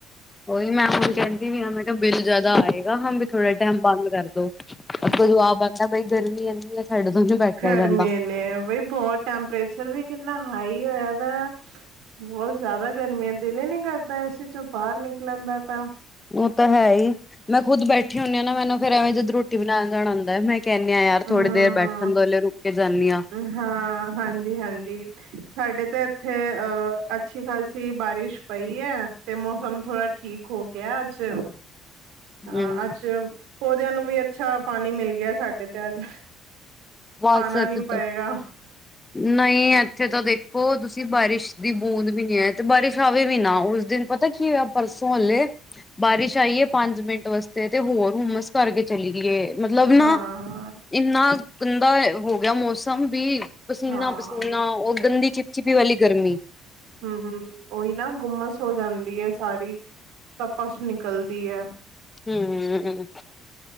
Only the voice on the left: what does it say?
ਉਹੀ ਮੈਂ ਹੁਣ ਕਹਿੰਦੀ ਵੀ ਹੈ ਮੈਂ ਤਾਂ ਬਿੱਲ ਜਿਆਦਾ ਆਏਗਾ ਥੋੜਾ ਟਾਈਮ ਬੰਦ ਕਰਦੋ ਜਬਾਬ ਆਂਦਾ ਬਈ ਗਰਮੀ ਇੰਨੀ ਹੈ। ਸਾਡੇ ਤੋਂ ਨੀ ਬੈਠਿਆ
ਜਾਂਦਾ
ਉਹ ਤਾਂ ਹੈ ਹੀ ਮੈਂ ਖੁਦ ਬੈਠੀ ਹੁੰਦੀ ਹਾਂ ਨਾ ਮੈਨੂੰ ਫਿਰ ਐਵੇਂ ਜਦੋਂ ਰੋਟੀ ਬਣਾਉਣ ਜਾਣਾ ਹੁੰਦਾ ਮੈਂ ਕਹਿੰਣੀ ਆ ਯਾਰ ਥੋੜੀ
ਦੇਰ ਬੈਠਣ ਦੋ ਹੱਲੇ ਰੁਕ ਕੇ ਜਾਂਨੀ ਆਂ।
ਹਮ
ਬਸ
ਇਥੇ
ਤਾਂ ਨਹੀਂ ਇੱਥੇ ਤਾਂ ਦੇਖੋ ਤੁਸੀਂ ਬਾਰਿਸ਼ ਦੀ ਬੂੰਦ ਵੀ ਨਹੀਂ ਹੈ ਤੇ ਬਾਰਿਸ਼ ਆਵੇ ਵੀ ਨਾ ਉਸ ਦਿਨ ਪਤ ਤਾਂ ਕੀ ਹੋਇਆ ਪਰਸੋਂ ਹੱਲੇ ਬਾਰਿਸ਼ ਆਈ ਏ ਪੰਜ ਮਿੰਟ ਵਾਸਤੇ ਤੇ ਹੋਰ ਹੁਮਸ ਕਰਕੇ ਚਲੀ ਗਈ ਏ। ਮਤਲਬ ਨਾ
ਇੰਨਾ ਗੰਦਾ ਹੋ ਗਿਆ ਮੌਸਮ ਵੀ ਪਸੀਨਾ-
ਪਸੀਨਾ ਉਹ ਗੰਦੀ ਚਿਪਚਿਪੀ ਵਾਲੀ ਗਰਮੀ
ਹੂ